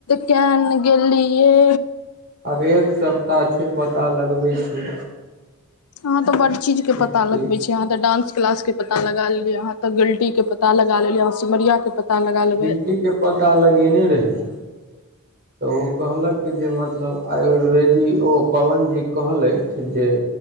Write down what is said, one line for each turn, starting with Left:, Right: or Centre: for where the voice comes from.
Left: कियानेगेलियै
Right: आब एक सप्ताह छै पता लगबै छै
Left: हहं तो बड़ चीज
Right: छै
Left: के पता लगबे छै यहा त डंस क्लास के पता लगा लेलियह अहााँ त गलटी के पता लगा लेलियय यहा सिमरिया के पता लगा लेबै
Right: गिलटी के पता लगेने रहै तऽ ओ कहलक जे मतलब आयुर्वेदी ओ पवन जी कहलथि जे